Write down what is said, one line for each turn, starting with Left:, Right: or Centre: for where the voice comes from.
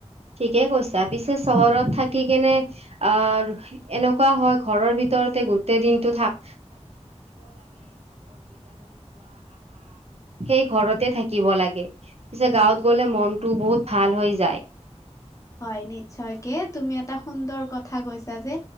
Right: ঠিকে কৈছা পিছে চহৰত থাকি কেনে আৰ এনেকুৱা হয় ঘৰৰ ভিতৰত ভিতৰতে গোটেই দিনটো থাক সেই ঘৰতে থাকিব লাগে। পিছে গাঁৱত গ'লে মনটো বহুত ভাল হৈ যায়
Left: হয় নিশ্চয়কে তুমি এটা সুন্দৰ কথা কৈছা যে